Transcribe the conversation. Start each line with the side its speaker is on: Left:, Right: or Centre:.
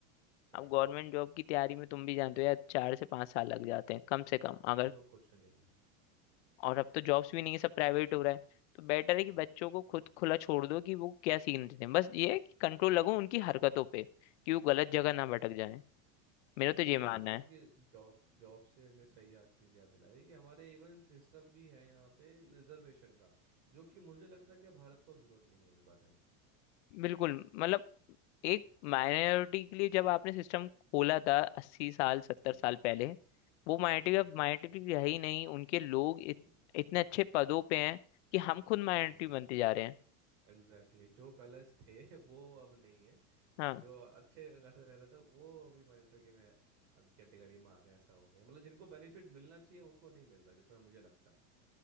Right: सही
Left: अब
Right: बात
Left: गवर्नमेंट
Right: है
Left: जॉब की तैयारी में तुम भी जानते हो यार चार से पांच साल लग जाते हैं कम से कम
Right: अब
Left: अगर
Right: तो कुछ नहीं
Left: और अब तो जॉब्स भी नहीं है सब प्राइवेट हो रहा है तो बेटर है
Right: हम्म,
Left: कि बच्चों को खुद खुला छोड़ दो कि वो क्या सीखना चाहते हैं बस ये है कि कंट्रोल लगो उनकी हरकतों पे कि वो गलत जगह
Right: हम्म।
Left: ना भटक जाए मेरा तो ये
Right: इवन
Left: मानना
Right: आपके
Left: है
Right: जॉब जॉब से हमें सही याद चीज़ याद दिला रही है कि हमारे इवन सिस्टम भी है यहाँ पे रिजर्वेशन का जो कि मुझे लगता है कि भारत को अब जरूरत नहीं है उस बारे में
Left: बिल्कुल मतलब एक माइनॉरिटी के लिए जब आपने सिस्टम खोला था अस्सी साल सत्तर
Right: हम्म
Left: साल पहले वो माइनॉरिटी
Right: वही
Left: अब माइनॉरिटी रही नहीं उनके लोग
Right: अम,
Left: इत, इतने अच्छे पदों पे हैं कि हम खुद माइनॉरिटी
Right: वही
Left: बनते जा रहे हैं
Right: Exactly exactly. जो पहले थे <laughs> वो अब नहीं है
Left: हाँ,
Right: जो अच्छे खासे रह रहा था वो अभी माइनॉरिटी में कैटेगरी में आ गया ऐसा हो गया मतलब जिनको बेनिफिट मिलना चाहिए उनको नहीं मिल रहा जितना मुझे लगता है